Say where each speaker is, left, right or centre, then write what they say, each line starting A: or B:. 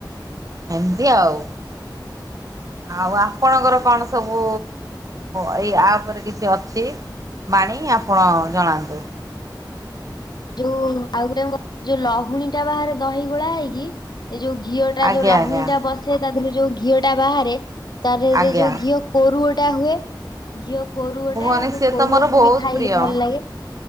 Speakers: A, on the right; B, on the left.
A: ଏମିତି ଆଉ। ଆଉ ଆପଣଙ୍କର କଣ ସବୁ ଏଇ ଆପରେ କିଛି ଅଛି। ବାଣୀ ଆପଣ ଜଣାନ୍ତୁ।
B: ଯୋଉ ଆଉ ଯୋଉ ଲହୁଣୀ ଟା ବାହାରେ ଦହି ଗୋଳା ହେଇକି। ଏ ଯୋଉ ଘିଅ ଟା
A: ଆଜ୍ଞା
B: ଯୋଉ ଲହୁଣୀ
A: ଆଜ୍ଞା
B: ଟା ବସେ ତା ଦେହରୁ ଯୋଉ ଘିଅ ଟା ବାହାରେ। ତାରରେ
A: ଆଜ୍ଞା
B: ଯୋଉ ଘିଅ କୋରୁଅ ଟା ହୁଏ। ଝିଅ କୋରୁଅଟା
A: କୁହନି
B: ସେ
A: ସିଏ
B: କୋରୁଅକୁ
A: ତ ମୋର ବହୁତ
B: ବି ଖାଇଲେ
A: ପ୍ରିୟ।
B: ଭଲ ଲାଗେ।